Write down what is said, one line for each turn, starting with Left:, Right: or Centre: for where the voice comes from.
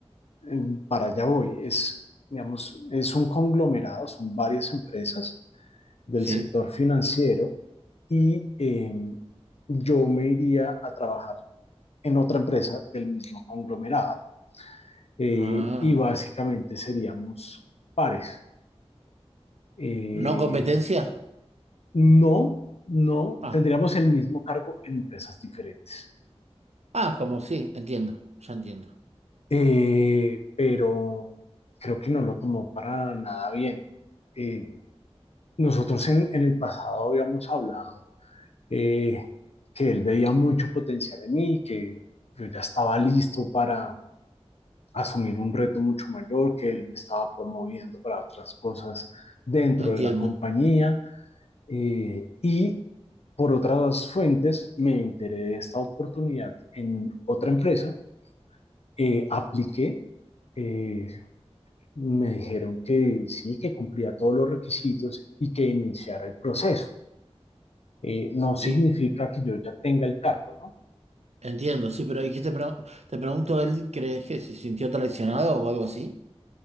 Left: em, para allá voy. Es, digamos, es un conglomerado, son varias empresas del
Right: Sí.
Left: sector financiero y em, yo me iría a trabajar en otra empresa del mismo conglomerado. Eh,
Right: Ah,
Left: y básicamente seríamos pares. Eh,
Right: ¿no competencia?
Left: no, no,
Right: Ah,
Left: tendríamos el mismo cargo en empresas diferentes.
Right: Ah, como sí, entiendo, ya entiendo,
Left: eh, pero creo que no lo tomó para nada bien. Eh, nosotros en, en el pasado habíamos hablado eh, que él veía mucho potencial en mí, que yo ya estaba listo para asumir un reto mucho mayor, que él me estaba promoviendo para otras cosas dentro
Right: entiendo.
Left: de la compañía eh, y por otras fuentes me enteré de esta oportunidad en otra empresa, eh, apliqué, eh, me dijeron que sí, que cumplía todos los requisitos y que iniciara el proceso. Eh, no significa
Right: Y
Left: que yo ya tenga el cargo, ¿no?
Right: entiendo, sí, pero ¿y qué te, pre- te pregunto, él crees que se sintió traicionado o algo así?